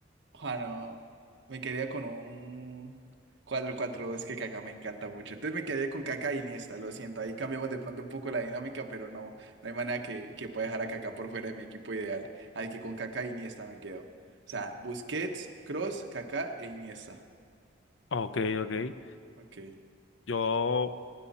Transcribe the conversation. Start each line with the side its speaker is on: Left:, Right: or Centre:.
Right: ah, no, me quedaría con un cuatro cuatro. 2 que Kaká me encanta mucho. Entonces me quedaría con Kaká y Iniesta, lo siento. Ahí cambiamos de pronto un poco la dinámica, pero no, no hay manera que, que pueda dejar a Kaká por fuera de mi equipo ideal. Así que con Kaká y Iniesta me quedo. O sea, Busquets, Cross, Kaká e Iniesta.
Left: Ok, ok.
Right: Ok.
Left: Yo